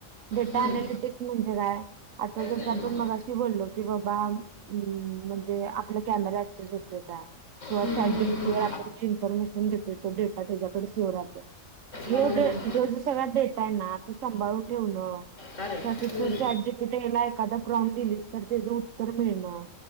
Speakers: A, on the right (about 75°); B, on the left (about 65°).
A: डेटा
B: हं,
A: अनालिटिक्स म्हणजे काय? आता जसं
B: हं,
A: आपण
B: हं,
A: मगाशी बोललो. की बाबा म्हणजे अं आपला कॅमेरा अऍक्सेस होतोय काय? किंवा
B: हं,
A: चॅजीपीटी
B: हं, हं, हं.
A: मुळं आपण जी इन्फॉर्मेशन देतोय, तो डेटा त्याच्याकडे सेव राहतोय. ह्यो
B: हं, हं.
A: डे ह्यो जो सगळा डेटा आहे ना सांभाळून ठेवणं,
B: बरं, बरं.
A: तो आता
B: हं,
A: तू चॅट जीपी तिथं हाय ना एखादा प्रॉम्प्ट दिलीस तर तेजं उत्तर मिळणं.